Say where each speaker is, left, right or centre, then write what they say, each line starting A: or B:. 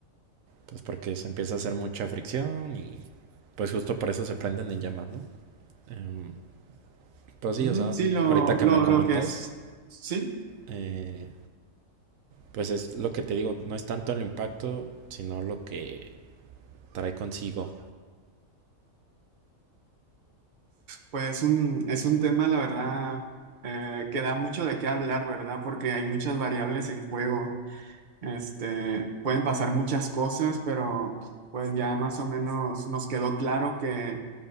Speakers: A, on the right (about 80°); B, on the right (about 40°).
A: Pues porque se empieza a hacer mucha fricción y pues justo por eso se prenden en llamas, ¿no? Eh, pues sí,
B: Ujú,
A: o sea,
B: Sí, lo,
A: ahorita que
B: lo,
A: me comentas,
B: lo que es. Sí.
A: eh, pues es lo que te digo, no es tanto el impacto, sino lo que trae consigo.
B: Pues un, es un tema, la verdad, eh, que da mucho de qué hablar, ¿verdad? Porque hay muchas variables en juego. Este, pueden pasar muchas cosas, pero pues ya más o menos nos quedó claro que